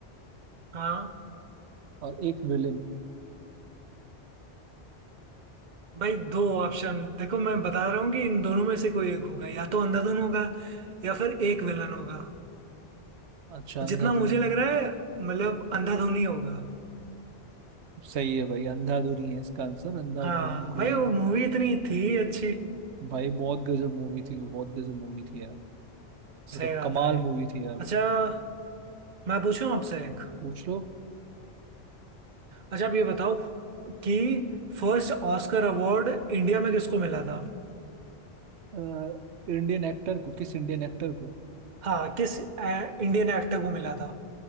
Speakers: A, on the right; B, on the right.
A: हाँ
B: और एक विलेन
A: भाई दो ऑप्शन देखो मैं बता रहा हूँ कि इन दोनों में से कोई एक होगा या तो अंधाधुन होगा या फिर एक विलन होगा
B: अच्छा
A: तो
B: अंधाधुन
A: जितना मुझे
B: है
A: लग रहा है मतलब अंधाधुन ही होगा
B: सही है भाई अंधाधुन ही है इसका आंसर अंधाधुन
A: हाँ भाई
B: कोई
A: वो मूवी इतनी थी अच्छी
B: भाई बहुत गजब मूवी थी वो बहुत गजब मूवी थी यार
A: सही
B: मतलब
A: बात
B: कमाल
A: है
B: मूवी थी यार वो
A: अच्छा मैं पूछूं आपसे एक
B: पूछ लो
A: अच्छा आप ये बताओ कि फर्स्ट ऑस्कर अवार्ड इंडिया में किसको मिला था
B: अ, इंडियन एक्टर को किस इंडियन एक्टर को
A: हाँ किस इंडियन एक्टर को मिला था